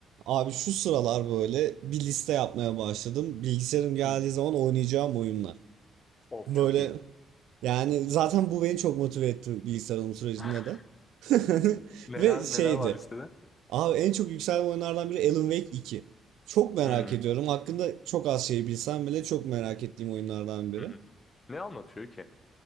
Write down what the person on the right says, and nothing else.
Abi şu sıralar böyle bir liste yapmaya başladım. Bilgisayarım geldiği
zaman oynayacağım oyunlar.
Böyle
yani zaten bu beni çok motive etti bilgisayar alım sürecinde
de. <laughs>
Ve şeydi.
Abi en çok yükselen oyunlardan biri Alan Wake 2. Çok merak
ediyorum. Hakkında çok az şey bilsem bile çok merak ettiğim oyunlardan biri.